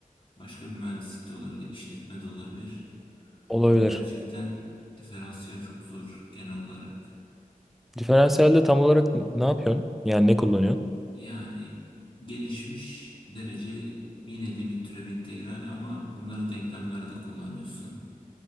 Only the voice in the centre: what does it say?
Olabilir.
Diferansiyelde tam olarak ne yapıyorsun? Yani ne kullanıyorsun?